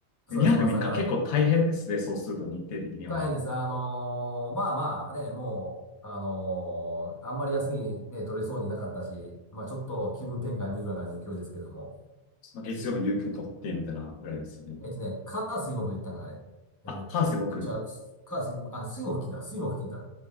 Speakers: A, on the left (about 20°); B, on the left (about 85°).
A: そうです。
B: で、2泊3日結構大変ですね。
A: もう朝から行っ
B: そうすると日程的には。
A: 大変です。あのーまあまあね、もう、あのーあんまり休みね、取れそうになかったし、まあちょっと気分転換にぐらいの勢いですけれども。
B: まあ、月曜日有給取ってみたいなぐらいですよね。
A: えっとね、火水木で行ったんかな、あれ。
B: あ、
A: えーっと、
B: 関西僕。
A: じゃあ、す火水、あ、水木金だ、水木金だ。